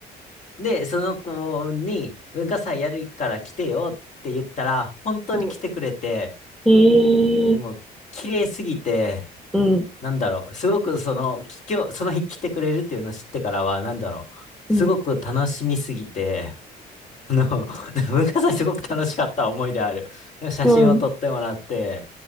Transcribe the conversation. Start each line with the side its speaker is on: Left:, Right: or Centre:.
Left: で、その子に文化祭やるから来てよって言ったら、本当に来てくれて、
Centre: うん。ええー
Left: でも、綺麗すぎて、
Centre: うん、
Left: なんだろう、すごくその、今日、その日来てくれるっていうのを知ってからは、なんだろう、
Centre: うん。
Left: すごく楽しみすぎて、<laughs> あの、<laughs> 文化祭すごく楽しかった思いである。写真を撮ってもらって、
Centre: もう、うん